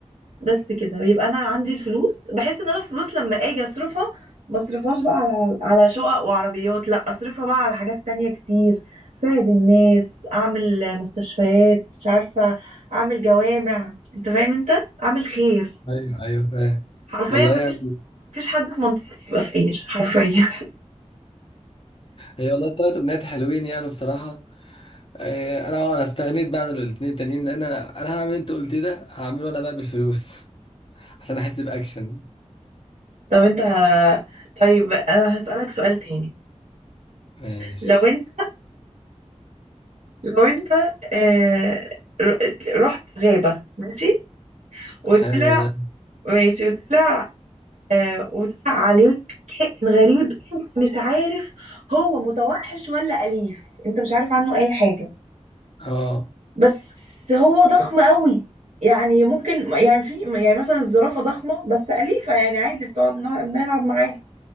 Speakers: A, on the right; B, on the left.
A: بس كده ويبقى انا عندي الفلوس بحس ان انا الفلوس لما اجي اصرفها ما اصرفهاش بقى على على شقق وعربيات لا اصرفها بقى على حاجات تانية كتير اساعد الناس اعمل مستشفيات مش عارفة اعمل جوامع انت فاهم انت اعمل خير
B: ايوه ايوه فاهم
A: حرفيا
B: والله
A: ما
B: يعني
A: فيش فيش حد في منطقتي يبقى فقير حرفيا
B: هي والله التلات امنيات حلوين يعني بصراحة آه، انا اه انا استغنيت بقى عن الاتنين التانيين لان انا انا هعمل اللي انت قلت ده هعمله انا بقى بالفلوس عشان احس باكشن
A: <laughs> طب انت طيب انا هسألك سؤال تاني
B: ماشي
A: لو انت لو انت آه، ر- رحت غابة ماشي وطلع
B: حلو ده
A: ماشي وطلع آه، وطلع عليك كائن غريب انت مش عارف هو متوحش ولا أليف انت مش عارف عنه اي حاجة
B: اه
A: بس هو ضخم قوي يعني ممكن يعني في يعني مثلا الزرافة ضخمة بس أليفة يعني عادي بتقعد نوع- نلعب معاها